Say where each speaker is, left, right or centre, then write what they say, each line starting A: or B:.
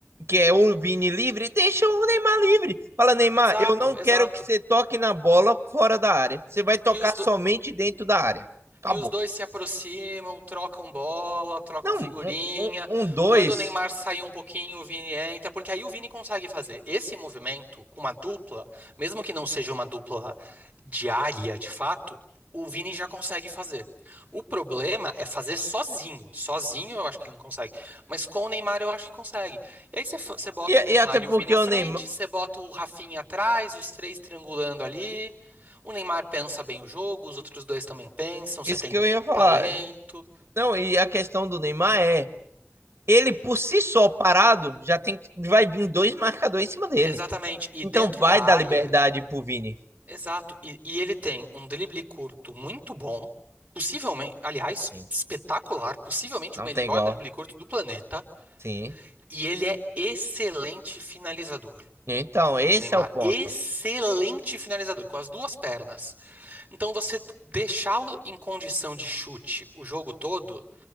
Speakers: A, on the right (about 80°); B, on the right (about 35°).
A: que é o Vini livre, deixa o Neymar livre. Fala, Neymar,
B: Exato,
A: eu não quero
B: exato.
A: que você toque na bola fora da área. Você vai tocar
B: E os
A: somente dentro da área. Acabou.
B: E os dois se aproximam, trocam bola, trocam
A: Não,
B: figurinha.
A: um, um, um dois.
B: Quando o Neymar sai um pouquinho, o Vini entra, porque aí o Vini consegue fazer esse movimento com uma dupla, mesmo que não seja uma dupla diária de fato, o Vini já consegue fazer. O problema é fazer sozinho. Sozinho eu acho que ele não consegue, mas com o Neymar eu acho que consegue. E aí você fa- você bota
A: E,
B: o Neymar
A: e até porque
B: e o Vini à
A: o
B: frente,
A: Neymar.
B: você bota o Rafinha atrás, os três triangulando ali. O Neymar pensa bem o jogo, os outros dois também pensam, você
A: Isso
B: tem
A: que eu ia falar.
B: talento.
A: Não, e a questão do Neymar é. Ele por si só parado já tem vai vir dois marcadores em cima dele.
B: Exatamente. E
A: Então
B: dentro
A: vai
B: da área,
A: dar liberdade pro Vini.
B: exato. E, e ele tem um drible curto muito bom, possivelmente, aliás,
A: Sim,
B: espetacular, possivelmente
A: Não
B: o melhor
A: tem igual.
B: drible curto do planeta.
A: Sim.
B: E ele é excelente finalizador.
A: Então, esse
B: O Neymar,
A: é o ponto.
B: excelente finalizador, com as duas pernas. Então, você deixá-lo em condição de chute o jogo todo